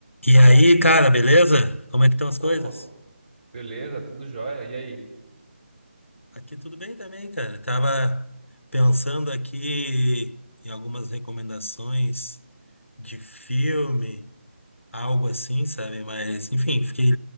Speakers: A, on the left; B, on the right.
A: E aí, cara, beleza? Como é que estão as
B: Opa,
A: coisas?
B: beleza, tudo jóia. E aí?
A: Aqui tudo bem também, cara. Tava pensando aqui em algumas recomendações de filme, algo assim, sabe? Mas, <laughs> enfim, fiquei